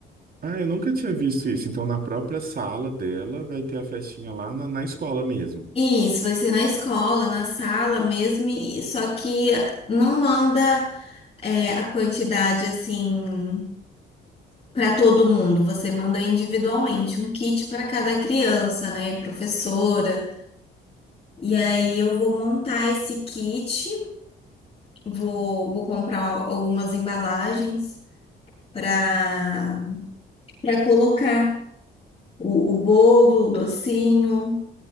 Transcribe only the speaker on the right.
Ah, eu nunca tinha visto isso. Então, na própria sala dela, vai ter a festinha lá na, na escola mesmo.